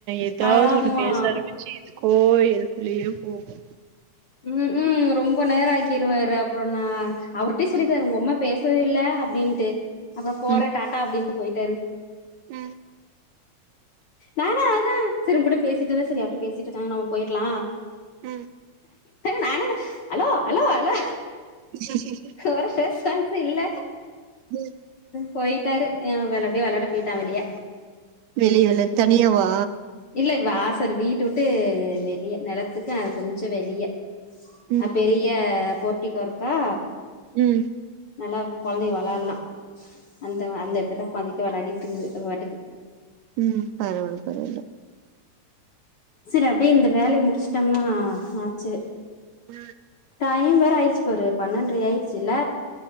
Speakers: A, on the right; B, on the left.
A: ஏதாவது
B: ஆமா
A: ஒண்ணு பேச ஆரம்பிச்சு எதுக்கோ எதுக்குள்ளயோ போகு
B: ம் ம் ரொம்ப நேரோ ஆக்கிருவாரு அப்பறோ நா அவர்டையே சொல்லிட்டாரு ஒங்க அம்மா பேச து இல்ல அப்டின்ட்டு அப்பறோ போறே
A: ம்
B: டாட்டா அப்டின்ட்டு போய்ட்டாரு
A: ம்
B: நானு அதா சரி ஒங்கூட பேசிட்டு இருந்தா சரி யார்டயோ பேசிட்டு இருக்காங்க நம்ம போயற்லா
A: ம்
B: நான் வேற hello hello hello
A: he he he
B: ஒரு ஷஷ்டான்ஸு இல்ல
A: ம்
B: போய்ட்டாரு எ அப்டி வெளாட போயிட்டா வெளிய
A: வெளியல தனியாவா
B: இல்ல வாசல் வீட்ட விட்டு வெளிய நெலத்துக்கும் கொஞ்ச வெளிய
A: ம்
B: அ பெரிய போர்டிகோ இருக்கா
A: ம்
B: நல்லா கொழந்தக வள்ளாலாம் அந்த அந்த எடத்துல கொழந்தக வள்ளாடிட்டு இருக்து அது பாட்டுக்கு
A: ம் பரவால பரவால
B: சரி அப்டியே இந்த வேலய முடிச்சுட்டோம்னா ஆச்சு
A: ஆ
B: டைம் வேற ஆயிச்சு பாரு பன்னென்ரரை ஆயிச்சுல்ல